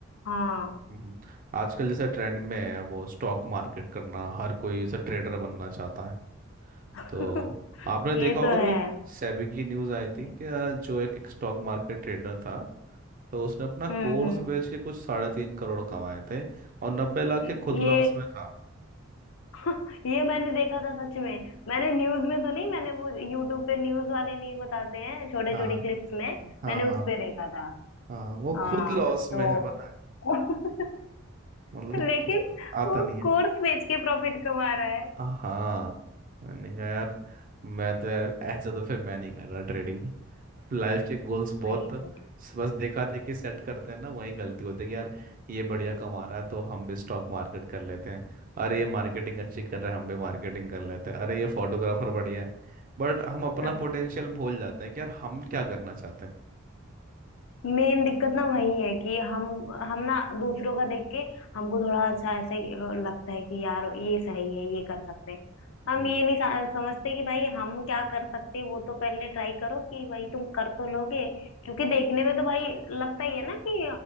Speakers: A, on the left; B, on the right.
A: हाँ
B: हम्म, आजकल जैसा ट्रेंड में है वो स्टॉक मार्केट करना हर कोई ऐसा ट्रेडर बनना चाहता है
A: <laughs>
B: तो आपने
A: ये
B: देखा होगा
A: तो
B: भी
A: है
B: सेबी की न्यूज़ आई थी
A: हम्म
B: कि आ, जो एक, एक स्टॉक मार्केट ट्रेडर था तो उसने अपना
A: हम्म
B: कोर्स बेच के कुछ साढ़े तीन करोड़ कमाए थे और नब्बे लाख
A: ये
B: के खुद लॉस में था
A: <laughs> ये मैंने देखा था सच में मैंने न्यूज में तो नहीं मैंने वो यूट्यूब पे न्यूज वाले नहीं बताते हैं छोटे
B: हाँ
A: छोटे क्लिप्स में
B: हाँ
A: मैंने
B: हाँ
A: उस पे देखा था
B: हाँ वो
A: हाँ
B: खुद लॉस में
A: तो
B: है पता है
A: <laughs>
B: मतलब
A: लेकिन
B: आता
A: वो
B: नहीं है
A: कोर्स बेच के प्रॉफिट कमा रहा है
B: हाँ हाँ। मैंने कहा यार मैं तो यार ऐसा तो फिर मैं नहीं कर रहा ट्रेडिंग लाइफ के गोल्स बहुत
A: वही तो
B: स- बस देखा देखी सेट करते हैं ना वही गलती होती है कि यार ये बढ़िया कमा रहा है तो हम भी स्टॉक मार्केट कर लेते हैं अरे ये मार्केटिंग अच्छी कर रहा है हम भी मार्केटिंग कर लेते हैं अरे ये फोटोग्राफर बढ़िया है बट हम अपना
A: <laughs>
B: पोटेंशियल भूल जाते हैं कि यार हम क्या करना चाहते हैं
A: मेन दिक्कत ना वही है कि हम हम ना दूसरों का देख के हमको थोड़ा अच्छा ऐसे लगता है कि यार ये सही है ये कर सकते हैं हम
B: हम्म,
A: ये नहीं सा- समझते कि भाई हम क्या कर सकते हैं वो तो पहले ट्राई करो कि भाई तुम कर तो लोगे क्योंकि देखने में तो भाई लगता ही है ना कि